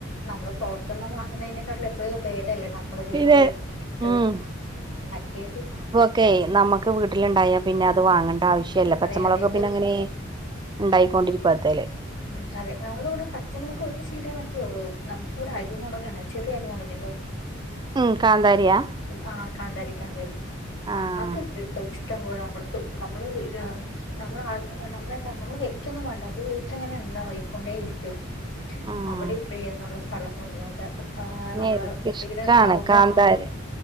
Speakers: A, on the left; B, on the right.
A: നമ്മള് പുറത്തുന്ന് വാങ്ങുന്നതിനേക്കാട്ടിൽ എത്രയോ ബേ ദല്ലേ നമ്മള് വീട്ടില്
B: പിന്നെ
A: ഇട്ട്ട്
B: ഉം
A: മറ്റേത്.
B: ക്കെ നമ്മുക്ക് വീട്ടിലുണ്ടായ പിന്നെ അത് വാങ്ങണ്ട ആവശ്യല്ല. പച്ചമുളകൊക്കെ
A: അതെ അതെ
B: പിന്നെ അങ്ങനെ. ഉണ്ടായിക്കൊണ്ടിരിക്ക ത്തേല്
A: ഉം അതെ നമ്മളിവിടെ പച്ചമുളക് ഒരു ചീടേ മാറ്റേള്ളൂ നമുക്ക് ഇവിടെ അരി മുളകാണ് ചെറിയ അരി മുളകില്ലേ.
B: ഉം കാന്താരിയാ
A: ആഹ്‌ കാന്തരി കാന്താരി ആഹ്‌
B: ആഹ്
A: അത്ണ്ട് ട്ടൊ ഇഷ് കുമ്പ നമ്മ നമ്മള് ഇത് നമ്മൾ നമ്മളെ എന്താ നമ്മള് വ്യക്യൊന്നും വേണ്ട അത് വീട്ടിലിങ്ങനെ ഉണ്ടായിക്കൊണ്ടേ ഇരിക്കും.
B: ഉം
A: അവിടെ ഇവിടെ എന്നുള്ള സ്ഥലം തോന്നുല്ല നമ്മള്
B: എനിക്കിഷ്ടാണ്
A: ഇയിലണ്ടാവും
B: കാന്താരി
A: ആ